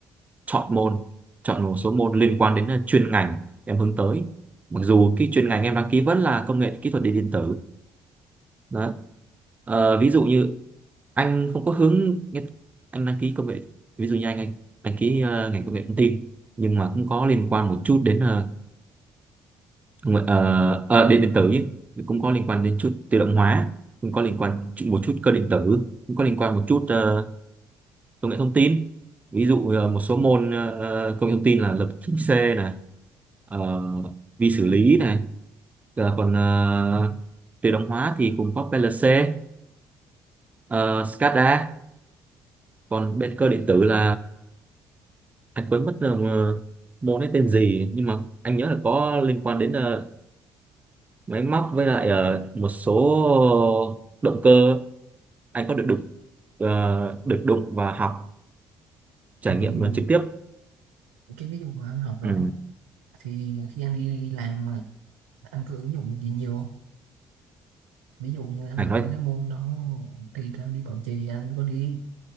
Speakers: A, on the right; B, on the right.
A: chọn môn chọn một số môn liên quan đến ờ, chuyên ngành em hướng tới mặc dù cái chuyên ngành em đăng ký vẫn là công nghệ kỹ thuật điện điện tử đó Ờ, ví dụ như anh không có hướng anh đăng ký công nghệ ví dụ như anh anh đăng ký ờ, ngành công nghệ thông tin nhưng mà cũng có liên quan một chút đến ờ, Đúng rồi, ờ, ờ, điện điện tử ấy, cũng có liên quan đến chút tự động hóa cũng có liên quan chút- một chút cơ điện tử cũng có liên quan một chút ờ, công nghệ thông tin ví dụ ờ, một số môn ờ, ờ, công nghệ thông tin là lập trình C này ờ, vi xử lý này Ờ, còn ờ, tự động hóa thì cũng có PLC ờ, SCADA còn bên cơ điện tử là anh quên mất là ờ, môn ấy tên gì nhưng mà anh nhớ là có liên quan đến ờ, máy móc với lại ờ, một số động cơ anh có được đụng ờ, được đụng và học trải
B: thì
A: nghiệm nó trực tiếp
B: cái ví dụ mà anh học đó
A: ừ.
B: thì khi anh đi làm mà anh có ứng dụng gì nhiều không? ví dụ như anh
A: anh
B: học
A: nói
B: mấy cái môn đó thì anh đi bảo trì anh có đi